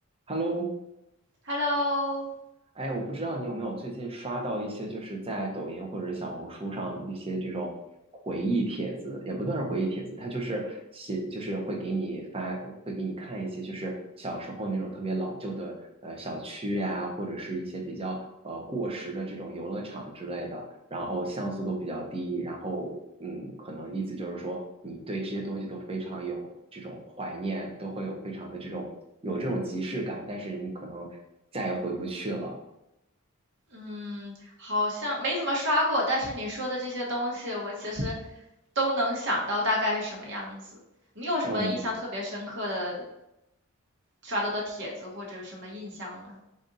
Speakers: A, on the right; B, on the right.
A: Hello，
B: Hello，
A: 哎，我不知道你有没有最近刷到一些，就是在抖音或者小红书上一些这种回忆帖子，也不算是回忆帖子，它就是写，就是会给你发，会给你看一些，就是小时候那种特别老旧的呃小区呀、或者是一些比较呃过时的这种游乐场之类的，然后像素都比较低，然后嗯，可能意思就是说你对这些东西都非常有这种怀念，都会有非常的这种有这种即视感，但是你可能再也回不去了。
B: 嗯，好像没怎么刷过，但是你说的这些东西，我其实都能想到大概是什么样子。你有什么印象特别深刻的
A: 嗯，
B: 刷到的帖子或者什么印象呢？